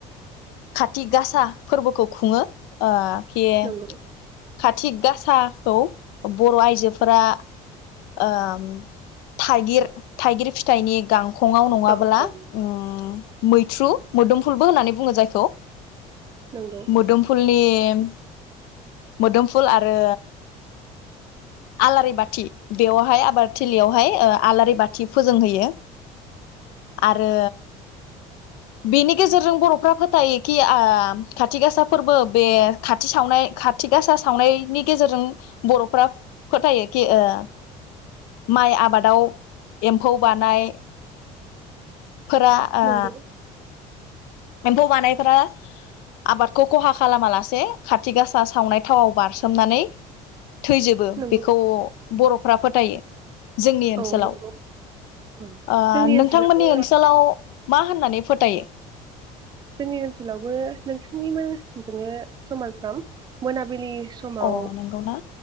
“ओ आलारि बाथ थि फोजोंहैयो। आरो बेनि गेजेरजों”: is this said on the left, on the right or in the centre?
Left